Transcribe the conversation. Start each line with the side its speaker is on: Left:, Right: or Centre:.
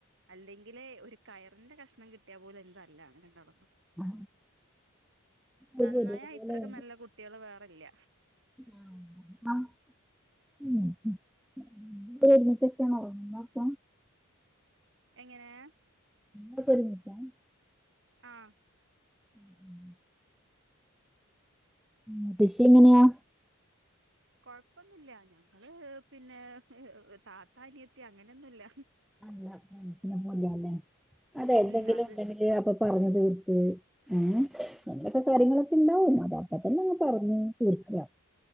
Right: അല്ലെങ്കില് ഒരു കയ അവ കഷ്ണം കിട്ടിയ പോലെ തല്ലാണ് രണ്ടാ ളും കൂ ടെ
Centre: ആ
Right: നന്നായാ
Centre: ഒരു പുതിയ പോലെ
Right: ഇത്രക്ക്
Centre: വ
Right: നല്ല കുട്ടികള് വേറെല്ല
Centre: ആഹ ഉ ഒരുമിച്ചൊക്കെയാണ് ഓന്നന്നപ്പ
Right: എങ്ങനെയ
Centre: ആ പരുമിച്ചാ <unintelligible>
Right: ആഹ
Centre: ഉ <unintelligible> ഉ ഫഷി എങ്ങനെയാ
Right: കൊഴപ്പൊന്നുമില്ല ഞങ്ങള് പിന്നെ താത്താനിയ എത്തി അങ്ങനൊന്നുമല്ല
Centre: നല്ല മലല്ലേ അതെ
Right: ഉം
Centre: എന്തെങ്കിലും
Right: അത്
Centre: ഉണ്ടെങ്കില് അപ്പൊ പറഞ്ഞഞ് തീർത്ത് ആ അങ്ങനെയൊക്കെ കാര്യങ്ങളൊക്കെ ഉണ്ടാവും അത അപ്പ തന്നെ അങ്ങ് പറഞ്ഞ് തീർക്ക